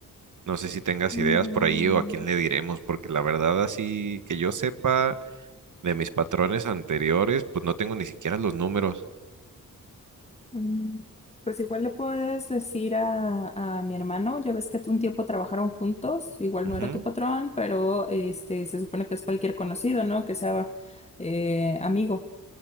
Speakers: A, on the right; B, on the left.
A: No sé si tengas
B: Mm.
A: ideas por ahí o a quién le diremos, porque la verdad así que yo sepa de mis patrones anteriores, pues no tengo ni siquiera los números.
B: Mm, Pues igual le puedes decir a, a mi hermano, ya ves que un tiempo trabajaron juntos, igual
A: Ujú.
B: no era tu patrón, pero este se supone que es cualquier conocido, ¿no? Que sea eh, amigo.